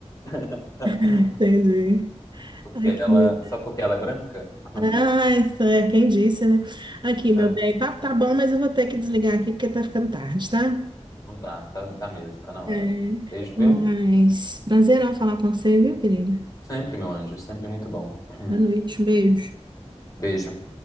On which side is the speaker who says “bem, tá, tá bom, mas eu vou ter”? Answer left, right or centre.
Right